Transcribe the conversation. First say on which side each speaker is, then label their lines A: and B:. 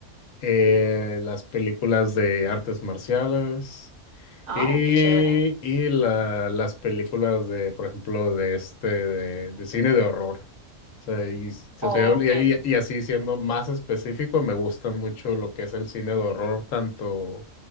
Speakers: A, on the left (about 80°); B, on the right (about 80°).
A: eh, las películas de artes marciales.
B: Ah,
A: Y,
B: oh, qué chévere.
A: y la- las películas de, por ejemplo, de este, de, de cine de horror. O sea, y, yo
B: Okey,
A: soy habl- y y, y así siendo más específico, me gusta mucho lo que es el cine de horror, tanto